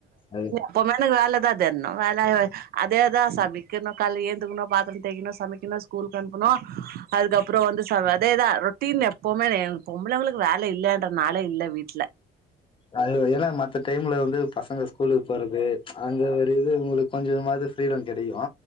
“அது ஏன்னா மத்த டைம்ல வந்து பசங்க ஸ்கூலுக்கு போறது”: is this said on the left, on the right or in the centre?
Left